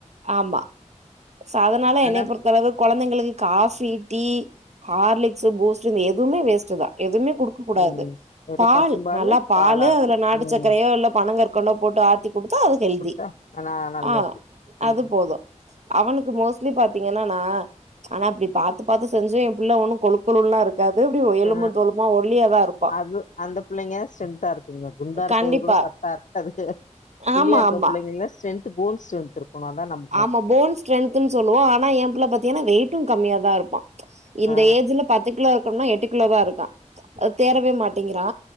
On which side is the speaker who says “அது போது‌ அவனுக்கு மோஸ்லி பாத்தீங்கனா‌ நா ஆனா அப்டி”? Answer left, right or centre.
Right